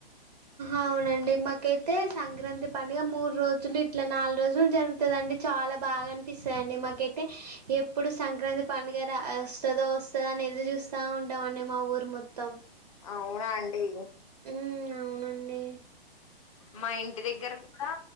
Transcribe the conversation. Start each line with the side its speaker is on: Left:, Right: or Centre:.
Right: అవునా అండి మాకైతే సంక్రాంతి పండుగ మూడు రోజులు ఇట్లా నాలుగు రోజులు జరుగుతుదండి చాలా బాగా అనిపిస్తదండి మాకైతే ఎప్పుడు సంక్రాంతి పండుగ వస్తదో వస్తదో అని ఎదురు చూ స్తా ఉంటాం అండి మా ఊరు మొత్తం
Left: అవునా అండి
Right: ఉమ్ అవునండి
Left: మా ఇంటి దగ్గర గూడా